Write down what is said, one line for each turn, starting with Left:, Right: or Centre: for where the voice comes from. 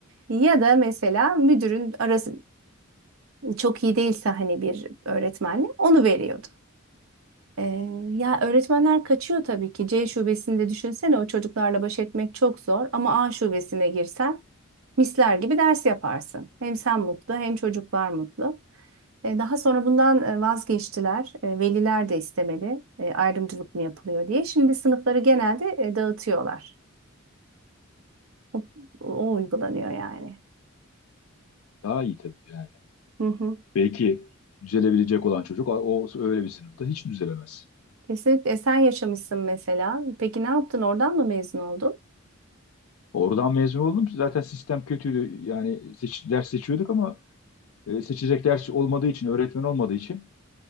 Right: Ya da mesela müdürün arası çok iyi değilse hani bir öğretmenle onu veriyordu. Ee, ya öğretmenler kaçıyor tabii ki. C şubesinde düşünsene o çocuklarla baş etmek çok zor ama A şubesine girsen misler gibi ders yaparsın. Hem sen mutlu hem çocuklar mutlu. E, Daha sonra bundan e, vazgeçtiler. E, Veliler de istemedi. E, Ayrımcılık mı yapılıyor diye. Şimdi sınıfları genelde e, dağıtıyorlar. O, o uygulanıyor yani.
Left: Daha iyi tabii yani.
Right: Hı hı.
Left: Belki düzelebilecek olan çocuk o öyle bir sınıfta hiç düzelemez.
Right: Kesinlikle. E, sen yaşamışsın mesela. Peki ne yaptın? Oradan mı mezun oldun?
Left: Oradan mezun oldum. Zaten sistem kötüydü. Yani seç- ders seçiyorduk ama e, seçecek ders olmadığı için, öğretmen olmadığı için